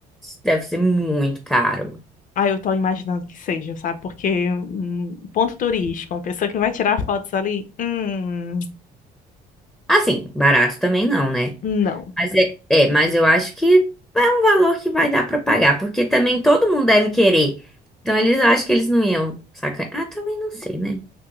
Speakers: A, in the centre; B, on the left.
A: Deve ser muito caro.
B: ah, eu tô imaginando que seja, sabe? Porque um ponto turístico, uma pessoa que vai tirar fotos ali, hum,
A: Assim, barato também não, né?
B: não.
A: Mas é, é, mas eu acho que é um valor que vai dar pra pagar, porque também todo mundo deve querer. Então eles acham que eles não iam sacanagem. Ah, também não sei, né?